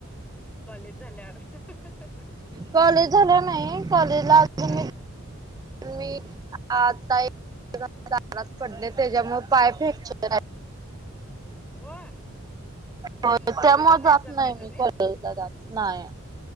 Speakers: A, in the centre; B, on the right.
A: कॉलेज <inaudible>
B: कॉलेज झाला नाही कॉलेजला अजून.
A: हा
B: प मी आता. राात पडले त्याच्यामुळे पाय फॅक्चर आहे.
A: होय
B: हो
A: मग कॉलेजला
B: त्यामुळे
A: नाहीच
B: जात नाही
A: काय तुम्ही
B: मी क जात. नाही